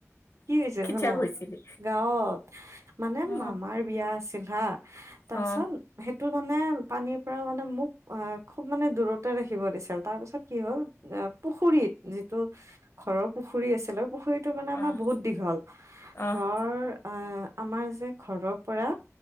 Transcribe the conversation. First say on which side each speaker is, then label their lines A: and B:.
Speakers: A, on the right; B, on the left.
A: কি হৈছে
B: খিচিয়াই
A: জান,
B: গৈছিলি
A: গাঁৱত। মানে
B: অ
A: মামাৰ, বিয়া আছিল হা, তাৰপিছত
B: অ
A: সেইটো মানে পানীৰ পৰা মানে মোক অ, খুব মানে দূৰতে ৰাখিব দিছিল, তাৰ পিছত কি হ'ল। অ, পুখুৰীত যিটো ঘৰৰ পুখুৰী আছিলে, পুখুৰীত টো, মানে আমাৰ
B: অহ
A: বহুত দীঘল ধৰ
B: অহ
A: আহ, আমাৰ যে ঘৰৰ পৰা,